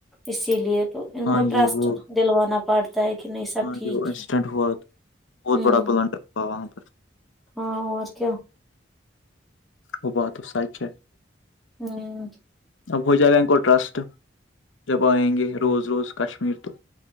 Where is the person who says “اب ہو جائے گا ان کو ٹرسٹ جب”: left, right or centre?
Left